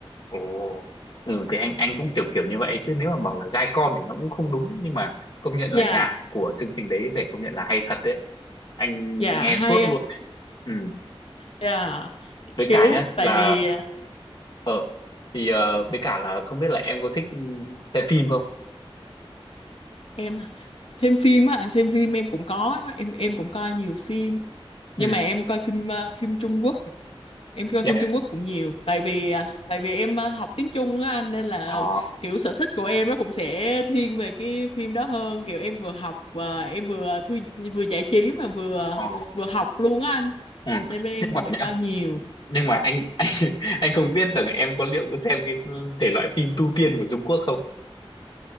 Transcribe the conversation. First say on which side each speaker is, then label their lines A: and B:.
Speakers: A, on the left; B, on the left.
A: Ồ. Ừ thì anh anh cũng kiểu kiểu như vậy chứ nếu mà bảo là gai con thì nó cũng không đúng nhưng mà công nhận là
B: dạ
A: nhạc của chương trình đấy phải công nhận là hay thật đấy. Anh
B: dạ
A: nghe
B: hay
A: suốt
B: anh
A: luôn đấy. Ừ.
B: dạ
A: Với
B: kiểu
A: cả nhá là
B: tại vì ờ,
A: ờ thì ờ, với cả là không biết là em có thích ừ, xem phim không?
B: em xem phim á anh xem phim em cũng có em em cũng coi nhiều phim nhưng
A: Ừ.
B: mà em coi phim ờ, phim Trung Quốc em coi
A: Yeah.
B: phim Trung Quốc cũng nhiều tại vì à, tại vì em à, học tiếng Trung á anh nên là
A: Ờ.
B: kiểu sở thích của em nó cũng sẽ thiên về cái phim đó hơn kiểu em vừa học và em vừa thư, vừa giải trí mà vừa
A: Ờ.
B: vừa học luôn á anh
A: Ừ.
B: nên bên em
A: Nhưng mà
B: sẽ
A: nhá,
B: coi nhiều
A: nhưng mà anh <laughs> anh anh không biết rằng em có liệu có xem cái thể loại phim tu tiên của Trung Quốc không?